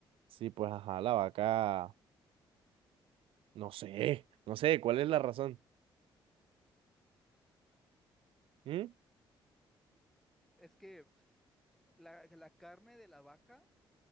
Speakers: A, on the right; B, in the centre.
A: si pues, ajá, la vaca, no sé, no sé, ¿cuál es la razón? ¿Mm?
B: Es que La, la carne de la vaca